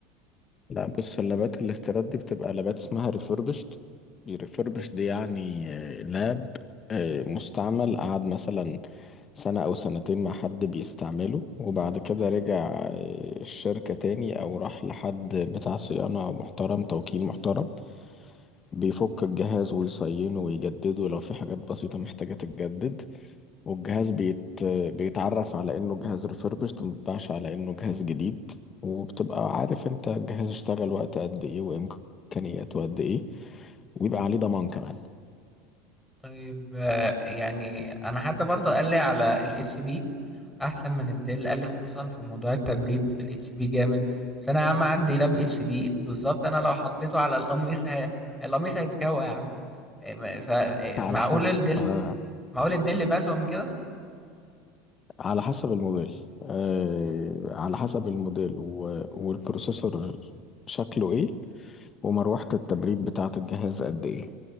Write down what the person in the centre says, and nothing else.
طيب آه، يعني انا حد برضه قال لي على الاتش بي احسن من الديل قال لي خصوصا في موضوع التبريد في الاتش بي جامد بس انا يا عم عندي لاب اتش بي بالظبط انا لو حطيته على القميص هي... القميص هيتكوى يا عم إيه، ما- ف إيه،
معقول
الديل
معقول الديل يبقى اسوأ من كده